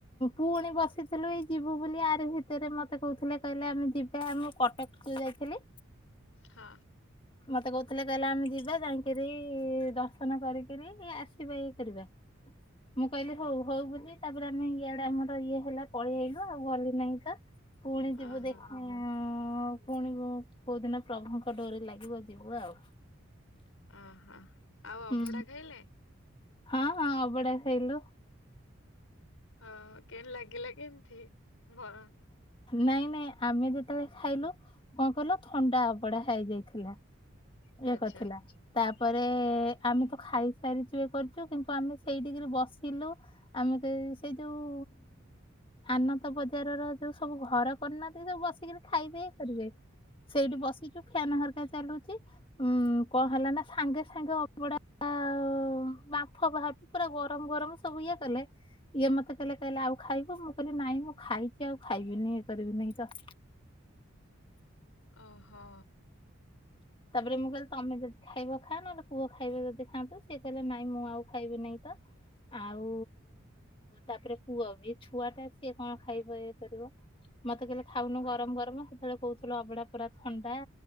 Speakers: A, on the left (about 25°); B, on the left (about 80°).
A: ପୁଣି ବସିଥିଲୁ ଏଇ ଯିବୁ ବୋଲି ଆର ଭିତରେ ମତେ କହୁଥିଲେ କହିଲେ ଆମେ ଯିବା ମୁଁ କଟକ <unintelligible> ଯାଇଥିଲି।
B: ହଁ।
A: ହ ମତେ କହୁଥିଲେ କହିଲେ ଆମେ ଯିବା ଯାଇକିରି ଦର୍ଶନ କରିକିରି ଆସିବା ଇଏ କରିବା। ମୁଁ କହିଲି ହୋଉ ହୋଉ ବୋଲି ତାପରେ ଆମେ ଇଆଡେ ଆମର ଇଏ ହେଲା ପଳେଇଆଇଲୁ ଆଉ ଗଲି ନାହିଁ ତ। ପୁଣି ଯିବୁ
B: ଓହୋ।
A: ଦେଖିଆ ପୁଣିିବୁ କୋଉ ଦିନ ପ୍ରଭୁଙ୍କ ଡୋରି ଲାଗିବ ଯିବୁ ଆଉ।
B: ଅହୋ ଆଉ
A: ହୁଁ
B: ଅଭଢା ଖାଇଲେ?
A: ହଁ ହଁ ଅବଢାଆ ଖାଇଲୁ।
B: ହଁ କେ ଲାଗିଲା କେମିତି ଭ
A: ନାଇଁ ନାଇଁ ଆମେ ଯେତେବେଳେ ଖାଇଲୁ କଣ କହିଲ ଥଣ୍ଡା ଅଭଢା ହେଇଯାଇଥିଲା। ଇଏ
B: ଆଚ୍ଛା
A: କଥିଲା। ତାପରେ ଆମେ ତ ଖାଇସାରିଛୁ କରିଛୁ କିନ୍ତୁ ଆମେ ସେଇଠିକରି ବସିଲୁ ଆମେ ସେ ସିଏ ଯୋଉ ଆନନ୍ଦ ବଜାରର ଯୋଉ ସବୁ ଘର କରିନାହାନ୍ତି ନା ସେଇ ଯୋଉ ବସିକିରି ଖାଇଦେଇ କରିବେ ସେଇଠି ବସିଛୁ ଫ୍ୟାନ୍ ହେରିକା ଚାଲୁଛି। ଉୁଁ କଣ ହେଲା ନା ସାଙ୍ଗେ ସାଙ୍ଗେ ଅବଢା ଆ ହଁ ବାମ୍ପ ବାହାରୁଛି ପୁରା ଗରମ ଗରମ ସବୁ ଇଏ କଲେ ଇଏ ମତେ କହିଲେ ଆଉ ଖାଇବୁ ମୁଁ କହିଲି ନାଇଁ ମୁଁ ଖାଇଛି ଆଉ ଖାଇବିନି ଇଏ କରିବିିନି ତ
B: ଓହୋ।
A: ତାପରେ ମୁଁ କହିଲି ତମେ ଯଦି ଖାଇବ ଖା ନହେଲେ ପୁଅ ଖାଇବ ଯଦି ଖାଆ ସିଏ କହିଲେ ନାଇଁ ମୁଁ ଆଉ ଖାଇବି ନାଇଁ ତ ଆଉ ତାପରେ ପୁଅ ବି ଛୁଆ ଟା ସିଏ କଣ ଖାଇବ ଇଏ କରିବ। ମତେ କହିଲେ ଖାଉନୁ ଗରମ ଗରମ ସେତେବେଳେ କହୁଥିଲୁ ଅବଢ଼ା ପୁରା ଥଣ୍ଡା